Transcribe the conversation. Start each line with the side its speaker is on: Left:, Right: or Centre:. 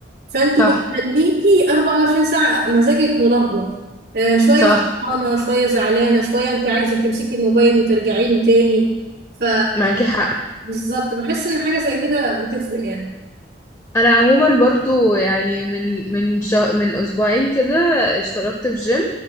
Right: فانت
Left: صح
Right: بتخليكي 24 ساعه مزاجك ملخبط آه شويه
Left: صح
Right: فرحانه شويه زعلانه شويه انت عايزه تمسكي الموبايل وترجعي له تاني ف
Left: معاكي حق
Right: بالظبط بحس ان حاجه زي كده بتفرق يعني
Left: انا عموما برضو يعني من من شه... من اسبوعين كده اشتركت في جيم